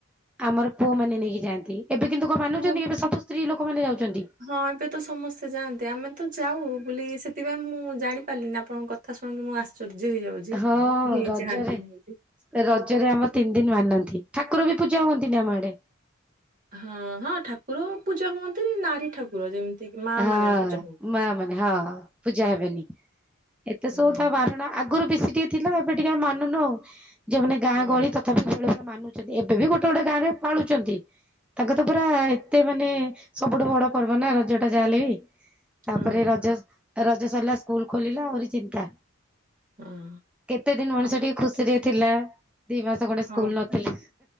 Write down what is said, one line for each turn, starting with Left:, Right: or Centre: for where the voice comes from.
Centre: ଆମର ପୁଅମାନେନେଇକି ଯାଆନ୍ତି ଏବେ କିନ୍ତୁ କଣ ମାନୁଛନ୍ତି
Right: ହଁ
Centre: କିଏବେ ସବୁ ସ୍ତ୍ରୀ ଲୋକମାନେ ଯାଉଛନ୍ତି
Right: ହଁ ଏବେ ତ ସମସ୍ତେ ଯାଆନ୍ନ୍ତି ଆମେ ତ ଯାଉ ବୋଲି ସେଥିପାଇଁ ମୁଁ ଜାଣିପାରିଲିନି ଆପଣଙ୍କ କଥା? କଥା ଶୁଣିକି ମୁଁ ଆଶ୍ଚର୍ଯ୍ୟ ହେଇଯାଉଛି
Centre: ହଁ
Right: କେ
Centre: ରଜରେ
Right: ଚାହାନ୍ତିନି ବୋଲି
Centre: ରଜରେ ଆମର ତିନି ଦିନି ମାନନ୍ତି ଠାକୁର ବି ପୂଜା ହୁଅନ୍ତିନି ଆମ ଆଡେ
Right: ହଁ ହଁ ଠାକୁର ପୂଜା ହୁହନ୍ତିନି ନାରୀ ଠାକୁର ପୁର ଯେମିତିକି ମା
Centre: ହଁ
Right: ମାନେ ପୂଜା ହୁଅନ୍ତି।
Centre: ମା ମାନେ ହଁ ପୂଜା ହେବେନି। ଏତେ
Right: ହଁ
Centre: ସବୁ ତା ବାରଣା ଆଗରୁ ବେଶୀ ଟିକେ ଥିଲା ଏବେ ଟିକେ ମାନୁନୁ ଆଉ ଯୋଉମାନେ ଗାଁ
Right: ହଁ
Centre: ଗହଳି ସବୁବେଳେ ମାନୁଛନ୍ତି ଏବେ ବି ଗୋଟେ ଗୋଟେ ଗାଁରେ ପାଳୁଛନ୍ତି ତାଙ୍କ ତ ପୁରା ଏତେ ମାନେ ସବୁଠୁ ବଡ ପର୍ବ ନା ରଜ ଯାହା ହେଲେ ବି ତାପରେ
Right: ହଁ
Centre: ରଜ ରଜ ସରିଲା ସ୍କୁଲ ଖୋଲିଲା ଆହୁରି ଚିନ୍ତା
Right: ହଁ
Centre: କେତେ ଦିନ ମଣିଷ
Right: ଓ
Centre: ଟିକେ ଖୁସିରେ ଥିଲା ଦି ମାସ ଖଣ୍ଡେ
Right: ହଁ
Centre: ସ୍କୁଲ ନଥିଲା।
Right: ପା